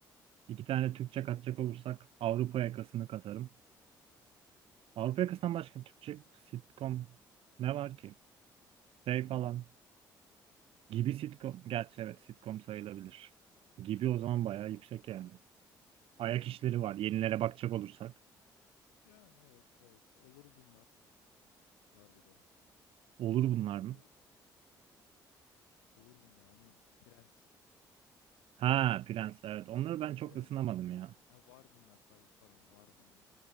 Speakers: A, on the right; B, on the left.
A: İki tane Türkçe katacak olursak Avrupa yakasını katarım. Avrupa yakasından başka Türkçe sitcom ne var ki? Şey
B: Gibi.
A: falan. Gibi sitcom. Gerçi evet sitcom sayılabilir. Gibi o zaman
B: Yani
A: bayağı
B: tartışılır.
A: yüksek yani. Ayak işleri var. Yenilere bakacak olursak.
B: Yani evet evet. Olur bunlar var bir de.
A: Olur bunlar
B: Bu
A: mı?
B: olur bunlar. Hani prens.
A: Ha Prens evet. Onları ben çok
B: Prensin.
A: ısınamadım ya.
B: Ha, var bunlar par- pardon var bunlar.